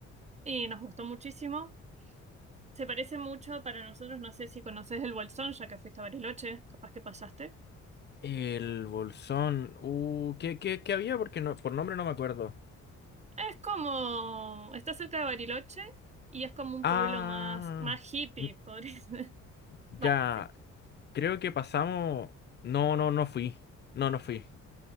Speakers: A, on the right (about 25°); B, on the left (about 35°).
A: y nos gustó muchísimo. Se parece mucho para nosotros, no sé si conoces el Bolsón, ya que fuiste a Bariloche, capaz que pasaste.
B: El Bolsón. Uh, ¿qué, qué, qué había? Porque no, por nombre no me acuerdo.
A: Es como, está cerca de Bariloche y es como un
B: Ah,
A: pueblo más, más hippie,
B: n-
A: podría ser. <laughs>
B: ya.
A: Va, sí.
B: Creo que pasamos. No, no, no fui. No, no fui.